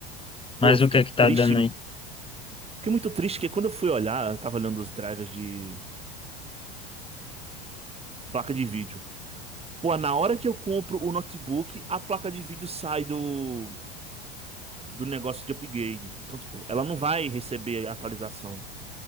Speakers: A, on the left; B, on the right.
A: Mas
B: Pô, eu fiquei
A: o que é que tá
B: triste.
A: dando
B: Fiquei
A: aí?
B: muito triste que quando eu fui olhar, eu tava olhando os drivers de placa de vídeo. Pô, na hora que eu compro o notebook, a placa de vídeo sai do, do negócio de upgrade. Então, tipo, ela não vai receber atualização.